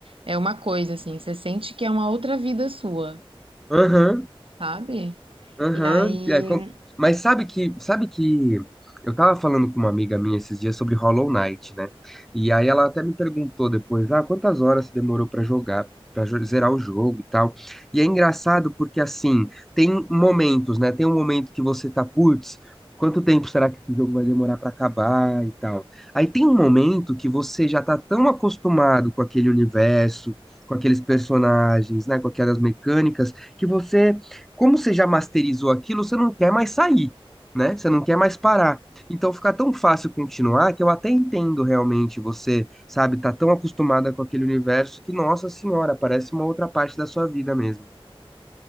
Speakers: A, on the right; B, in the centre.
A: é uma coisa assim, você sente que é uma outra vida sua,
B: Aham.
A: sabe?
B: Aham,
A: E aí,
B: é, com- mas sabe que, sabe que eu tava falando com uma amiga minha esses dias sobre Hollow Knight, né? E aí ela até me perguntou depois, ah, quantas horas você demorou pra jogar, para zerar o jogo e tal. E é engraçado porque assim, tem momentos, né? Tem um momento que você tá, putz, quanto tempo será que esse jogo vai demorar pra acabar e tal. Aí tem um momento que você já tá tão acostumado com aquele universo, com aqueles personagens, né, com aquelas mecânicas que você como você já masterizou aquilo, você não quer mais sair, né? Você não quer mais parar. Então fica tão fácil continuar que eu até entendo realmente você, sabe, tá tão acostumada com aquele universo que, nossa senhora, parece uma outra parte da sua vida mesmo.